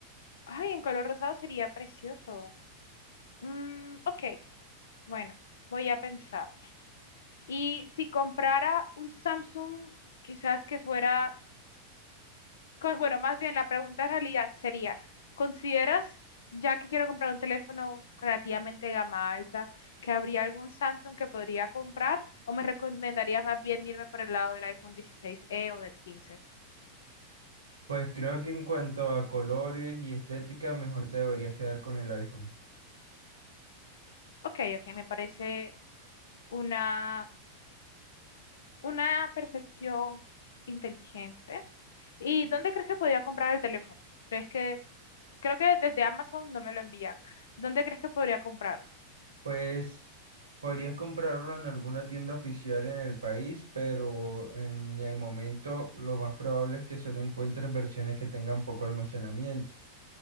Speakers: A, on the left (about 60°); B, on the right (about 75°).
A: Ay, en color rosado sería precioso. Mm, ok, bueno, voy a pensar. Y si comprara un Samsung, quizás que fuera, con- bueno, más bien la pregunta en realidad sería, ¿consideras, ya que quiero comprar un teléfono relativamente de gama alta, que habría algún Samsung que podría comprar o me recomendarías más bien irme por el lado del iPhone dieciséis e o del quince
B: Pues creo que en cuanto a colores y estética, mejor te deberías quedar con el iPhone.
A: Ok, ok, me parece una, una percepción inteligente. ¿Y dónde crees que podría comprar el teléfono? ¿Crees que, creo que desde Amazon no me lo envían. ¿Dónde crees que podría comprarlo?
B: Pues Podrías comprarlo en alguna tienda oficial en el país, pero en el momento lo más probable es que solo encuentres versiones que tengan poco almacenamiento.